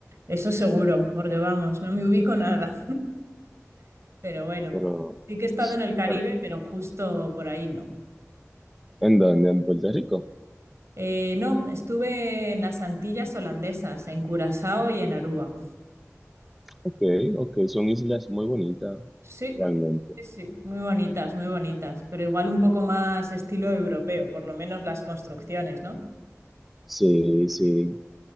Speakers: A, on the right; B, in the centre.
A: Eso seguro, porque vamos, no me ubico nada. <laughs> Pero bueno,
B: Pero,
A: sí que he estado en el Caribe,
B: pero,
A: pero justo por ahí no.
B: ¿en dónde? ¿En Puerto Rico?
A: Eh, no, estuve en las Antillas holandesas, en Curazao y en Aruba.
B: Ok, ok, son islas muy bonitas,
A: Sí,
B: realmente.
A: sí, sí, muy bonitas, muy bonitas, pero igual un poco más estilo europeo, por lo menos las construcciones, ¿no?
B: Sí, sí,